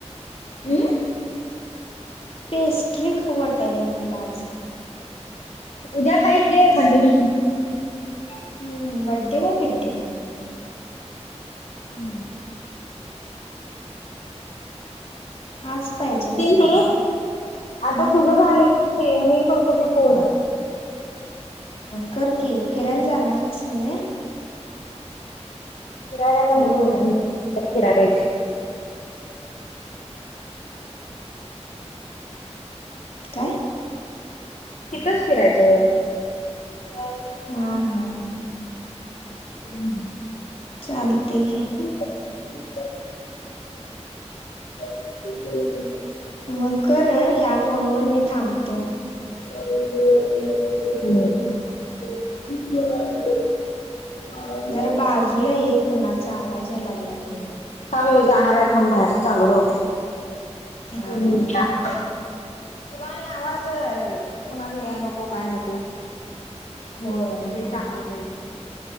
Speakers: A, on the left; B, on the left.
A: अमं.
B: पेस्ट्री खावू वाटाल्या म्हटलं आज.
A: उद्या खास रे, बड्डे दिवशी.
B: हम्म बड्डे का फिडे.
A: <unintelligible>
B: आज पाहिजे. झाले
A: ते न्हव आता
B: हम्म
A: तुझ झालं की कणी, मी करतो की फोन.
B: कर की, फिरायला जाणार हायस नव्हे.
A: फिरायला
B: हॅलो
A: तर नाही म्हणाल्या <unintelligible>
B: काय.
A: इथंच फिरायचं.
B: हा. हा.
A: हम्म.
B: चालते घे.
A: <unintelligible>
B: मग कर ह्या, फोनवर मी थांबतो.
A: <unintelligible> <unintelligible>
B: जरा बाजूला ये कुणाचा आवाज या लागलाला लै.
A: हां मी जाणार आहे थांब‌, बाहेर चालू राहू दे
B: हा
A: दोन
B: हा
A: मिनिटं. तुला आणि आवाज, कुणाच या नको काय नको.
B: होय.
A: चांगलं पाहिजे.